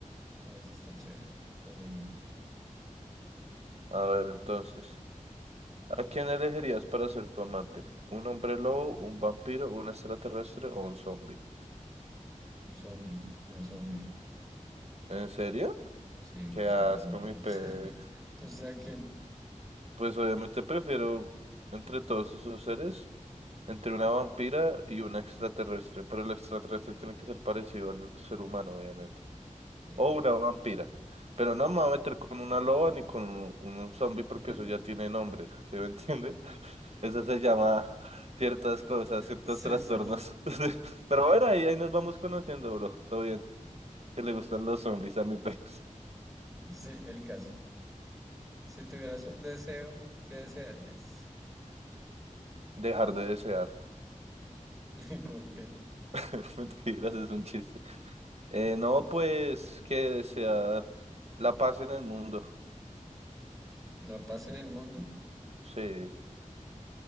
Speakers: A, in the centre; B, on the right (about 50°).
A: No, eso está chévere. Bueno, hágale.
B: A ver, entonces. ¿A quién elegirías para ser tu amante? ¿Un hombre lobo, un vampiro, un extraterrestre o un zombie?
A: Un zombie, una zombie.
B: ¿En serio?
A: Sí,
B: Qué
A: que se
B: asco,
A: re loca.
B: mi pex.
A: <laughs> O sea, ¿quién?
B: Pues obviamente prefiero entre todos esos seres, entre una vampira y un extraterrestre. Pero el extraterrestre tiene que ser parecido al ser humano, obviamente.
A: Eh.
B: O una vampira. Pero no me voy a meter con una loba ni con un, un zombie porque
A: <laughs>
B: eso ya tiene nombre. ¿Sí me entiende? Eso se llama ciertas cosas, ciertos
A: Sí,
B: trastornos.
A: sí, sí.
B: <laughs> Pero bueno, ahí, ahí nos vamos conociendo, bro. Todo bien. Que le gustan los zombies a mi pez.
A: Sí, el caso. Si tuvieras un deseo, ¿qué desearías?
B: Dejar de desear.
A: <laughs> ¿Y por qué?
B: <laughs> Mentiras, es un chiste. Eh, no, pues que desear la paz en el mundo.
A: ¿La paz en el mundo?
B: Sí,